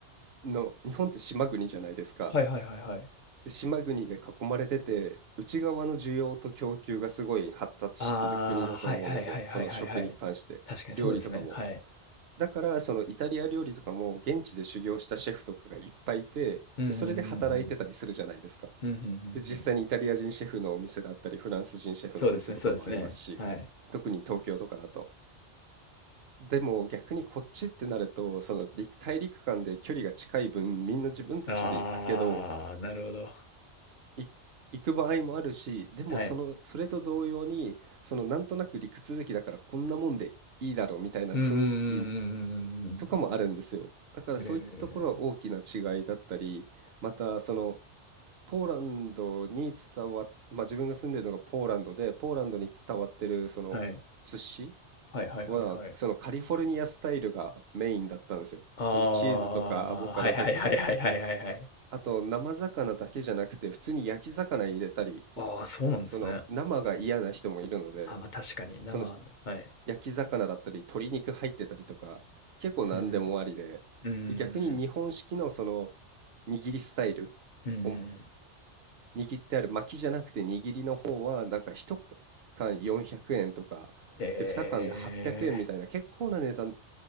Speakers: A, on the right; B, on the left.
A: の日本って島国じゃないですか。
B: はいはいはいはい。
A: で、島国で囲まれてて、内側の需要と供給がすごい発達している国だと思うんですよ。
B: ああ、はいはいはいはいはいはい。
A: その食に関して、
B: 確かにそうですね。
A: 料理とかも。
B: はい。
A: だから、そのイタリア料理とかも現地で修行したシェフとかがいっぱいいて、
B: うんうんうんうん。
A: で、それで働いてたりするじゃないですか。
B: うんうんうんうん。
A: で、実際にイタリア人シェフのお店だったり、フランス人シェフのお店とかもありますし、
B: そうですね、そうですね。はい。
A: 特に東京とかだと。でも逆にこっちってなると、その陸大陸間で距離が近い分、みんな自分たちで行くけど、
B: ああ、なるほど。
A: い行く場合もあるし、でもその、
B: はい。
A: それと同様に、そのなんとなく陸続きだからこんなもんでいいだろうみたいな雰囲気
B: うんうんうんうん
A: とかもあるんですよ。だからそういったところは大きな違いだったり、
B: うんうんうんうんええ、
A: またその、ポーランドに伝わっ、まあ、自分が住んでるのがポーランドで、ポーランドに伝わってるその寿司
B: はい。はいはいはいはい。
A: は、そのカリフォルニアスタイルがメインだったんですよ。
B: ああ、
A: そのチーズとかアボカドとか、
B: はいはいはいはいはいはいはい。
A: あと生魚だけじゃなくて、普通に焼き魚入れたり、
B: ああ、
A: ん
B: そうなんですね。
A: その生が嫌な人もいるので、
B: あ、ま、確かに生のはい。
A: その焼き魚だったり、鶏肉入ってたりとか、結構何でもありで、
B: うん。うんうんうん。
A: で、逆に日本式のその握りスタイル
B: うんうんうん。
A: をに握ってある巻きじゃなくて握りの方はなんか1缶400円とかで2缶で800円みたいな結構な値段
B: ええ。